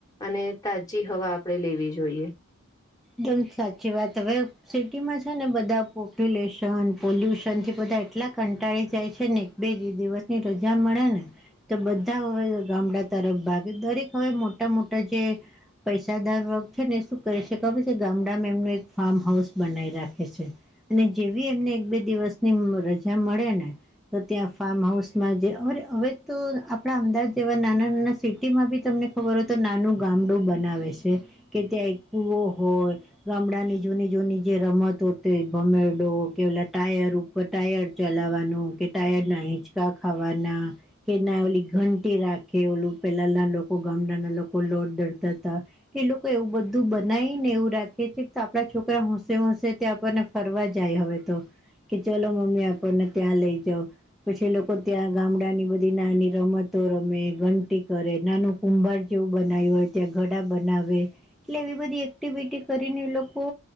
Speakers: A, on the left; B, in the centre.
A: અને તાજી હવા આપડે લેવી જોઈએ.
B: દમ સાચી વાત હવે. સિટીમાં છે ને બધા પોપ્યુલેશન પોલ્યુશનથી બધા એટલા કંટાળી જાય છે ને. બે દિ-દિવસ ની રજા મળે ને. તો બધા હવે ગામડા તરફ ભાગે દરેક હવે મોટા મોટા જે પૈસાદાર વર્ગ છે ને શું કરે છે ખબર. તે ગામડામાં એમનું એક ફાર્મ હાઉસ બનાવી રાખે છે. અને જેવી એમને એક બે દિવસની રજા મળે ને. તો ત્યાં ફાર્મ હાઉસમાં જે અરે હવે તો આપણા અમદાવાદ જેવા નાના નાના સિટી માં બી તમને ખબર હો તો નાનું ગામડું બનાવે છે કે ત્યાં એક કુવો હોય. ગામડાની જૂની જૂની જે રમત હોતી ભમેડો કે ઓલા ટાયર. કો ટાયર જલાવવાનું કે ટાયર ના હિંચકા ખાવાના. કે ના ઓલી ઘંટી રાખે ઓલું પેલા ના લોકો ગામડાના લોકો લોટ દડતા હતા. એ લોકો એવું બધું બનાઈ. ને એવું રાખીએ છે તો આપડા છોકરા હોશે હોશે ત આપણને ફરવા જાય હવે તો. કે ચલો મમ્મી આપણને ત્યાં લઈ જ‌ઉ. પછી એ લોકો ત્યાં ગામડા ની બધી નાની રમતો રમે ઘંટી કરે નાનું કુંભાર જેવું બનાવ્યું હોય ત્યાં ઘડા બનાવે એટલે એવી બધી એક્ટિવિટી કરીને લોકો